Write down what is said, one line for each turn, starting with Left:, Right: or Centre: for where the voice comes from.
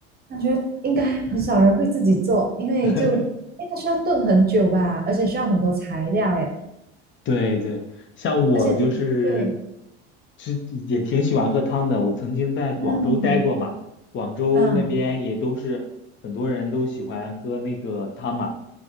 Right: 感觉应该很少人会自己做，因为就应该需要炖很久吧，
Left: <laughs>
Right: 而且需要很多材料诶，
Left: 对对，像我就是，
Right: 而且对，
Left: 这也挺喜欢喝汤的。我曾经在广州待过嘛，
Right: 嗯
Left: 广州那边也都是很多人都喜欢喝那个汤嘛。
Right: 嗯